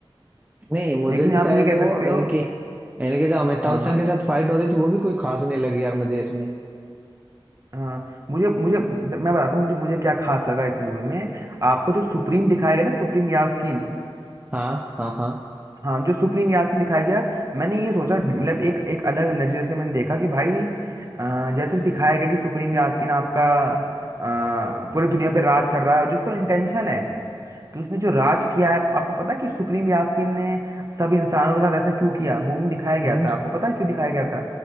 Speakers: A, on the right (about 15°); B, on the right (about 35°).
A: नहीं मुझे
B: लेकिन
A: भी शायद
B: आप ये कह
A: वो
B: सकते हो
A: इनकी इनके जो अमिताभ
B: हाँ
A: बच्चन
B: हाँ
A: के साथ फाइट हो रही थी वो भी कोई खास नहीं लगी यार मुझे इसमें
B: हाँ मुझे मुझे मैं बताता हूँ मुझे मुझे क्या खास लगा इस मूवी में आपको जो सुप्रीम दिखाया गया ना सुप्रीम यास्कीन
A: हाँ हाँ हाँ
B: हाँ जो सुप्रीम यास में दिखाया गया मैंने ये सोचा मतलब एक एक अलग नजरिए से मैंने देखा कि भाई अ, जैसे दिखाया गया कि सुप्रीम यास्किन आपका अ, पूरी दुनिया पे राज कर रहा है और जिसको इंटेंशन है कि उसने जो राज किया है आप, आपको पता है कि सुप्रीम यास्किन ने सब इंसानों के साथ ऐसा क्यों किया मूवी में दिखाया गया
A: हम्म
B: था आपको पता है क्यों दिखाया गया था